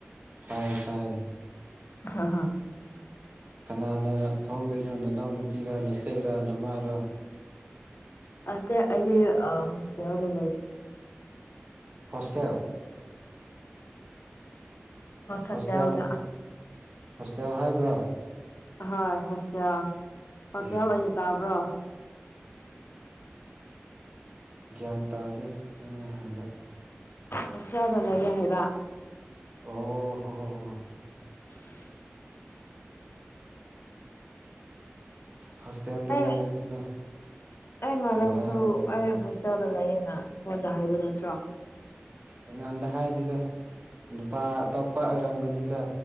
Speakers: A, on the right; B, on the left.
A: ꯇꯥꯏ ꯇꯥꯏ
B: ꯍꯥ ꯍ
A: ꯀꯅꯥꯅ ꯊꯣꯡꯗꯣꯏꯅꯣ ꯅꯅꯥꯎꯅ ꯅꯨꯄꯤꯔ ꯅ ꯆꯩ ꯆꯩꯔ ꯅ ꯃꯥꯔꯣ
B: ꯑꯠꯇ ꯑꯩꯗꯤ ꯑ ꯀ ꯂꯦ
A: ꯍꯣꯁꯇꯦꯜ
B: ꯍ ꯁꯇ
A: ꯍꯣꯁꯇꯦꯜ
B: ꯑꯣꯏꯒ
A: ꯍꯣꯁꯇꯦꯜ ꯍꯥꯏꯕ꯭ꯔꯥ
B: ꯍꯣꯏ ꯍꯣꯁꯇꯦꯜ ꯍꯣꯁꯇꯦꯜ
A: ꯑꯦ
B: ꯑꯩꯅ ꯇꯥꯕ꯭ꯔꯣ
A: ꯒ꯭ꯌꯥꯟ ꯇꯥꯗꯦ ꯅꯪꯅ ꯍꯥꯏꯕ
B: ꯍꯣꯁꯇꯦꯜꯗ ꯂꯩꯔꯦ ꯍꯥꯏꯕ
A: ꯑꯣ ꯍꯣ ꯍꯣ ꯍ
B: <unintelligible>
A: ꯍꯁꯇꯦꯜꯗ
B: ꯑꯩ
A: ꯂꯩ ꯔꯛꯅ
B: ꯑꯩ ꯉꯔꯥꯡꯁꯨ
A: ꯚꯔꯥ ꯑꯣꯏꯅ ꯑꯣꯏꯅ ꯂꯩꯔ
B: ꯑꯩ ꯍꯣꯁꯇꯦꯜꯗ ꯂꯩꯌꯦꯅ ꯅꯉꯣꯟꯗ ꯍꯥꯏꯕ ꯅꯠꯇ꯭ꯔꯣ
A: ꯑꯩꯉꯣꯟꯗ ꯍꯥꯏꯗꯨꯗ ꯅꯨꯄꯥ ꯑꯇꯣꯞꯄ ꯑꯣꯏꯔꯝꯒꯅꯤꯗ